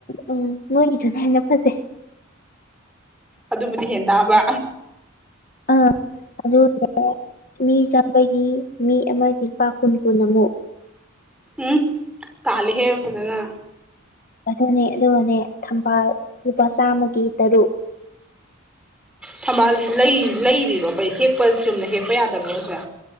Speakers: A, on the left (about 40°); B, in the centre.
A: ꯎꯝ ꯅꯣꯏꯒꯤꯗꯨꯅ ꯍꯦꯟꯅ ꯐꯖꯩ
B: ꯑꯗꯨꯕꯨꯗꯤ ꯍꯦꯟ ꯇꯥꯕ
A: ꯑꯥ ꯑꯗꯨ ꯃꯤ ꯆꯥꯝꯃꯒꯤ ꯃꯤ ꯑꯃꯒꯤ ꯂꯄꯥ ꯀꯨꯟ ꯀꯨꯟ ꯑꯃꯨꯛ
B: ꯎꯝ ꯇꯥꯜꯂꯦꯍꯦ ꯐꯖꯅ
A: ꯑꯗꯨꯅꯦ ꯑꯗꯨꯒꯅꯦ ꯊꯝꯕꯥꯜ ꯂꯨꯄꯥ ꯆꯥꯝꯃꯒꯤ ꯇꯔꯨꯛ
B: ꯊꯝꯕꯥꯜꯁꯤ ꯂꯩ ꯂꯩꯔꯤꯔꯣ ꯀꯩ ꯍꯦꯛꯄ ꯆꯨꯝꯅ ꯍꯦꯛꯄ ꯌꯥꯗꯕ꯭ꯔꯣꯁꯦ